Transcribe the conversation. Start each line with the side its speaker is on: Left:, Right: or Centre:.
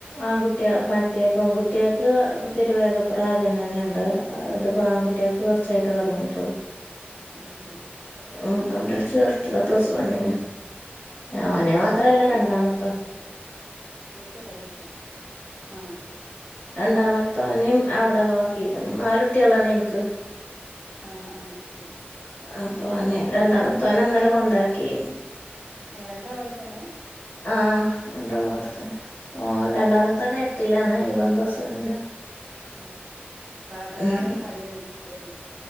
Left: ആൺകുട്ടിയ മറ്റേ പെൺകുട്ടികൾക്ക് തിരുവേഗപ്ര ആദ്യം തന്നെ ഉണ്ട് അത് ഇപ്പ ആൺകുട്ടികൾക്ക്
Right: ഉം
Left: കുറച്ചായിട്ട് തുടങ്ങിയിട്ടുള്ളൂ
Right: അയ് ശരി
Left: അപ്പം അവിടെ ചേർത്തതാ പ്ലസ് വണ്ണിന് അവനെ മാത്രമല്ല
Right: പോയി
Left: രണ്ടാമത്തോ
Right: പൈസ തരാ പറിട്ടോ ആഹ്
Left: രണ്ടാമത്തേനെയും അവിടെ ആക്കിക്ണ് നാലുട്ടിളാണ് എനിക്ക്
Right: ആഹ് ആഹ് അയ് ശരി
Left: അപ്പ അവനെ രണ്ടാമത്തേനെ ഇന്നലെ കൊണ്ടാക്കി
Right: ഏഹ് രണ്ടാളും അവിടെ തന്നെ
Left: ആ രണ്ടാളുംഅവിടെതന്നെ ഓൻ രണ്ടാമത്തെ
Right: ആ ശരി
Left: ഓന് എട്ടിലാണ് ഇവൻ പ്ലസ് വണ്ണ്
Right: ഉം പോകാനൊന്നും
Left: ഉം
Right: മടിയൊന്നുമില്ലല്ലെ